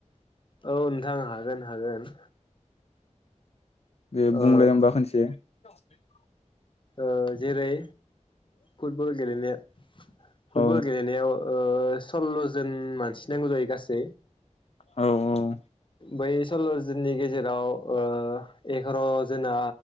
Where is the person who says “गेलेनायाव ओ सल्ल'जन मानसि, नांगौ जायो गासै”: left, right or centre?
Left